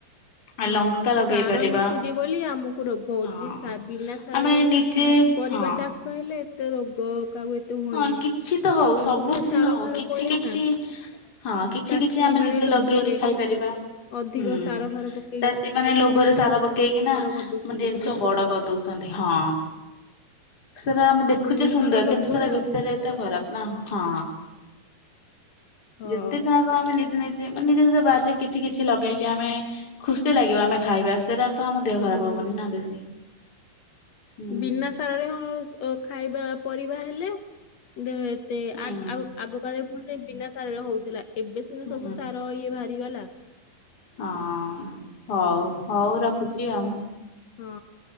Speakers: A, on the left; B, on the left.
A: ଆ
B: ହଁ
A: ଲଙ୍କା
B: ସାର
A: ଲଗେଇ ପାରିବା
B: ମିଶୁଛି ବୋଲି ଆମକୁ ରୋଗ ହୋଉଛି।
A: ହଁ
B: ବିନା ସାରରେ
A: ଆମେ ନିଜେ
B: ପରିବା
A: ହଁ।
B: ଚାଷ ହେଲେ ଏତେ ରୋଗ କାହାକୁ ଏ ତେ ହୁଅ
A: ହଁ
B: ନାହିଁ।
A: କିଛି ତ ହଉ
B: ସବୁଥିରେ
A: ସବୁ କିଛି
B: ସାର
A: ନ ହଉ
B: ଫାର
A: କିଛି
B: ପଇଲା
A: କିଛି
B: ନା
A: ହଁ କିଛି
B: ଚାଷୀ
A: କିଛି ଆମେ
B: ମାନେ
A: ନିଜେ
B: ଲୋଭରେ,
A: ଲଗେଇକି ଖାଇପାରିବା
B: ଅଧିକ
A: ହୁଁ।
B: ସାର ଫାର ପ
A: ଚାଷୀ ମାନେ ଲୋଭରେ ସାର ପକେଇକି ନା
B: କରିଦଉଛନ୍ତି
A: ମାନେ ଜିନି ସବୁ ବଡ କରିଦଉଛନ୍ତି ହଁ। ସେରା ଆମେ ଦେଖ
B: ହୁଁ ତାଙ୍କ ଲୋଭ
A: ତା ଭିତରେ ତ ଖରାପ ନା? ହଁ
B: ହଁ।
A: ଯେତେ ଚାହିଁବ ଆମେ ନିଜେ ନିଜ ଯେ ମାନେ ନିଜ ନିଜ ବାରିରେ କିଛି କିଛି ଲଗେଇକି ଆମେ ଖୁସି ଲାଗିବ ଆମେ ଖାଇବା ସେରା ତ ଆମ ଦେହ ଖରାପ
B: ହୁଁ
A: ହବନିନା ବେଶୀ। ହୁଁ
B: ବିନା ସାରରେ ହ ଖାଇବା ପରିବା ହେଲେ ଦେହ ଏତେ
A: ହୁଁ
B: ଆଉ ଆଗ କାଳେରେ ଫୁଣି ସେ ବିନା ସାରରେ ହଉଥିଲା। ଏବେ ସିନା
A: ହୁଁ
B: ସବୁ ସାର ଇଏ ବାହାରିଗଲା।
A: ହଁ ହୋଉ ହୋଉ ରଖୁଛି ଆଉ।
B: ହଁ।